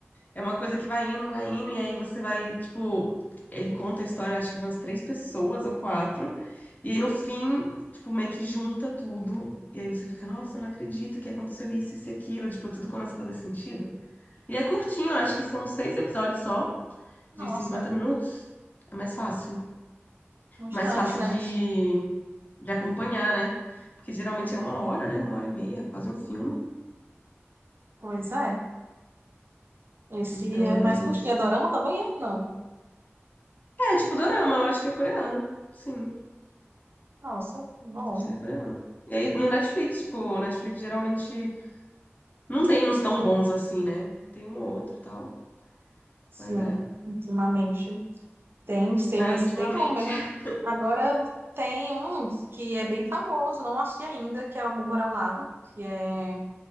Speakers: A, on the left; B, on the right.
A: É uma coisa que vai indo, vai indo, e aí você vai, tipo, ele conta a história, eu acho que de umas três pessoas ou quatro, e aí no fim, tipo, meio que junta tudo, e aí você fica, nossa, eu não acredito que aconteceu isso, isso e aquilo, tipo, tudo começa a fazer sentido. E é curtinho, eu acho que são seis episódios só,
B: Nossa,
A: de 50 minutos, é mais fácil.
B: um instante,
A: Mais fácil
B: né?
A: de, de acompanhar, né? Porque geralmente é uma hora, né? Uma hora e meia, quase um filme,
B: Pois é. Esse
A: então
B: é
A: é mais...
B: mais curtinho. É dorama também? É, não.
A: É, tipo, dorama, eu acho que é coreano, sim.
B: Nossa, bom.
A: Acho que é coreano. E aí, no Netflix, tipo, o Netflix geralmente não tem uns tão bons assim, né? Tem um ou outro e tal,
B: Sim,
A: mas é.
B: ultimamente. Tem uns temas,
A: É, ultimamente.
B: tem bom mesmo.
A: <laughs>
B: Agora tem um que é bem famoso, não achei ainda, que é o Amor ao Lado, que é